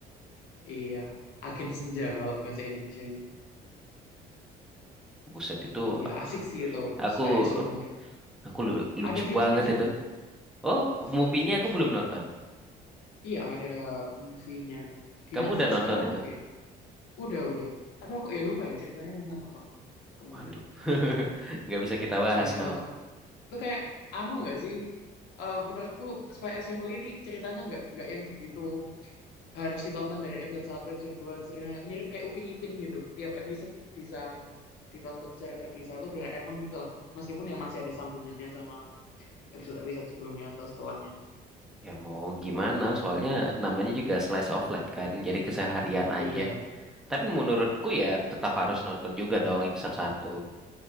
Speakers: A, on the left; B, in the centre.
A: Iya. Agen Senja kalau bahasa Indonesia.
B: Buset itu
A: Iya, asik sih itu.
B: aku
A: Spy X Family.
B: aku lu- lucu
A: Ada filmnya
B: banget
A: juga
B: itu. Oh,
A: Heeh, selain
B: movie-nya
A: series.
B: aku belum nonton.
A: Iya ada movie-nya di
B: Kamu
A: Netflix
B: udah nonton
A: ada
B: itu?
A: kok. Iya. Udah udah. Tapi aku ya lupa ya ceritanya tentang apa kemarin.
B: Waduh. <laughs>
A: <laughs>
B: Nggak bisa kita bahas
A: Banyak
B: dong.
A: banget. Itu kayak anu nggak sih? Eh menurutku Spy X Family ini ceritanya nggak nggak yang begitu harus ditonton dari episode satu episode dua ceritanya mirip kayak Upin Ipin gitu. Tiap episode bisa ditonton secara terpisah atau Doraemon gitu lah. Meskipun ya masih ada sambungannya sama episode-episode sebelumnya atau setelahnya.
B: Ya mau gimana, soalnya namanya juga slice of life kan, jadi keseharian aja.
A: Iya.
B: Tapi menurutku ya tetap harus nonton juga dong episode satu.